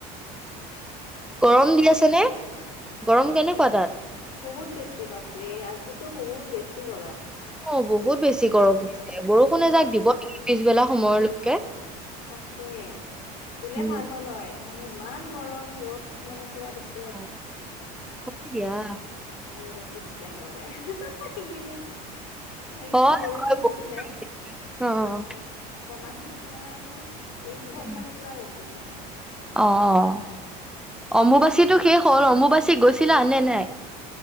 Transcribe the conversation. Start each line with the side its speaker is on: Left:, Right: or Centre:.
Centre: গৰম দি আছে নে, গৰম কেনেকুৱা তাত?
Left: বহুত বেছি, বাপৰে আজিতো বহুত বেছি গৰম!
Centre: অ, বহুত বেছি গৰম লাগিছে, বৰষুণ
Left: ফেনৰ
Centre: এজাক দিব নেকি পিছবেলা সময়লৈকে!
Left: তাকে, দিলে
Centre: উম,
Left: ভাল হ'ল হয়, মানে ইমান গৰম, ৰ'দ মানে পুৰা দিছ
Centre: <inaudible>
Left: <inaudible> একেবাৰে, এইকেইদিন, এইকেইদিন
Centre: হয়,
Left: বৰষুণ
Centre: হয়,
Left: দিছিলে
Centre: বহুত অ'
Left: অকমান এতিয়া আৰু, এই দুদিন
Centre: উম।
Left: মানে পুৰা ৰ'দ দিছে।
Centre: অ', অম্বুবাচীতো
Left: খুব বেছি
Centre: শেষ হ'ল, অম্বুবাচী গৈছিলা নে নাই?